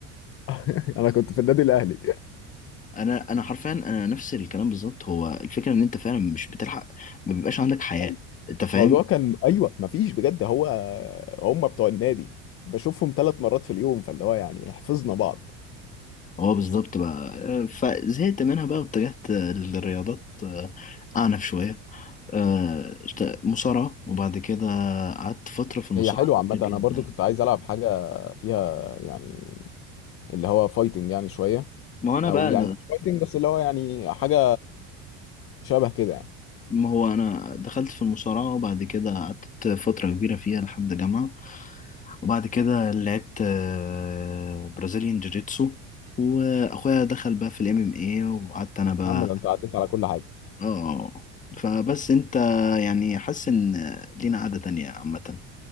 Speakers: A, on the left; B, on the left.
A: <laughs> انا كنت في النادي الاهلي
B: انا انا حرفيا انا نفس الكلام بالظبط هو الفكره ان انت فعلا مش بتلحق ما بيبقاش عندك حياه
A: أيوة.
B: انت فاهم
A: الموضوع كان ايوه مفيش بجد هو هم بتوع النادي بشوفهم ثلاث مرات في اليوم فاللي هو يعني حفظنا بعض
B: هو بالظبط بقى آه، فزهقت منها بقى واتجهت آه، للرياضات آه، اعنف شويه آه، اشت- مصارعه وبعد كده قعدت فتره في المصارعه
A: هي حلوة عامة
B: كبيرة
A: أنا برضو
B: جدا
A: كنت عايز ألعب حاجة فيها يعني اللي هو فايتنج يعني شوية
B: ما هو انا
A: او
B: بقى
A: يعني مش فايتنج بس اللي هو يعني حاجه شبه كده يعني
B: ما هو انا دخلت في المصارعه وبعد كده قعدت فتره كبيره فيها لحد جامعه وبعد كده لعبت آه، برازيليان جوجيتسو واخويا دخل بقى في الام ام اي وقعدت انا بقى
A: يا عم ده انت عديت على كل حاجه
B: اه فبس انت يعني حاسس ان لينا قعده تانية عامه